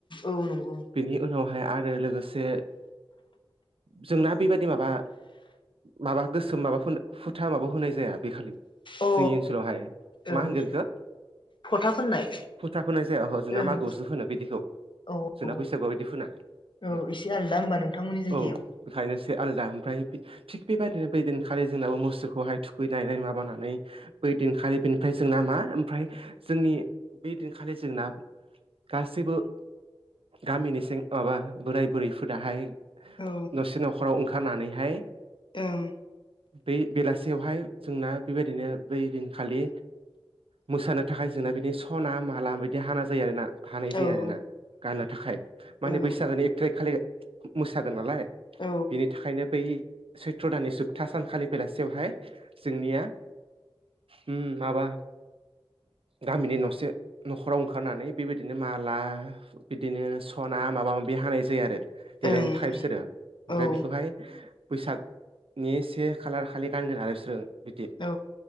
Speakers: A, on the left (about 55°); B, on the right (about 70°).
A: औ नंगौ
B: बेनि उनावहाय आरो लोगोसे जोंना बेबायदि माबा माबा गोसोम माबा फुथा माबा होनाय जाया बे खालि
A: अ
B: जोंनि ओनसोलावहाय मा
A: ओं
B: होनगोन बेखौ
A: फथा फोननाय
B: फुथा फोनाय जाया जोंना
A: ओं
B: मागोआव सो फोनो बिदिखौ
A: औ
B: जोंना
A: औ
B: बैसागु आव बिदि फोना
A: औ
B: बेयाव
A: एसे आलदा होमबा नोंथांमोननि जायगायाव
B: औ बेखायनोसै आलदा ओमफ्राय थिग बेबायदिनो बेदिन खालि जोंनाबो मोसौखौहाय थुखैनानै माबानानै बै दिनखालि बेनिफ्राय जोंना मा ओमफाय जोंनि बे दिनखालि जोंना
A: <inaudible>
B: गासैबो गामिनि सें माबा बोराय बुरैफोराहाय
A: औ
B: नसे न'खराव ओंखारनानैहाय
A: ओं
B: बै बेलासियावहाय जोंना बेबायदिनो बै दिनखालि मोसानो थाखाय जोंना बिनि सना माला बिदि हाना जायो आरोना हानाय जायो
A: औ ओं
B: आरोना गाननो थाखाय माने
A: ओं
B: बैसागो एकटारिक खालि मोसागोन नालाय
A: औ
B: बिनि थाखायनो बै सैत्र' दाननि जोब्था सान खालिबेलासेयावहाय जोंनिया अम माबा गामिनि नसे न'खराव ओंखारनानै बेबाय बिदिनो माला बिदिनो सना माबा माबि हानाय जायो आरो। देलायनो
A: ओं
B: टाइपसोरो ओमफ्राय
A: ओं
B: बेखौहाय बैसागनि से खालार खालि गानगोन आरो बिसोरो बिदि
A: औ